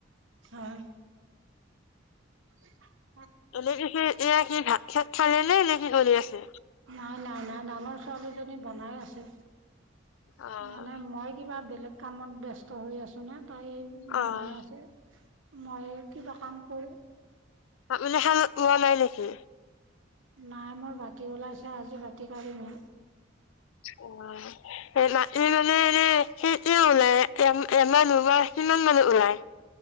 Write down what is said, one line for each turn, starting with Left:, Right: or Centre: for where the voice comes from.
Right: হয়। <inaudible>
Left: এনে কি এয়া কি ধান খেতছৰে নে কি কৰি আছে?
Right: নাই, নাই, নাই, নানা আমাৰ ছোৱালীজনী বনাই আছে।
Left: অ',
Right: মানে মই কিবা বেলেগ কামত ব্যস্ত হৈ আছো না। তাই
Left: অ',
Right: বনাই আছে। মই কিবা কাম কৰিম
Left: আবুলে মানে শাল হোৱা নাই নেকি?
Right: নাই মোৰ বাতি ওলাইছে। আজি বাতি কাঢ়িম হে।
Left: অ মাট মানে এনে সেই <unintelligible> কি ওলাই এমমানোব কিমান মানত ওলায়?